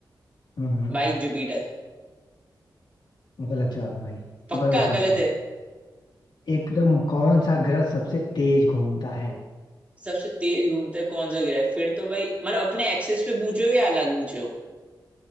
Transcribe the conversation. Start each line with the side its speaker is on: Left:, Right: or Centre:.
Left: हम्म
Right: भाई जुपिटर
Left: गलत जवाब है भाई एक
Right: पक्का
Left: बार और सोच
Right: गलत
Left: लो
Right: है
Left: एकदम कौन सा ग्रह सबसे तेज घूमता है
Right: सबसे तेज घूमता है कौन सा ग्रह है? फिर तो भाई मतलब अपने एक्सेस पे पूछे हो या अलग पूछे हो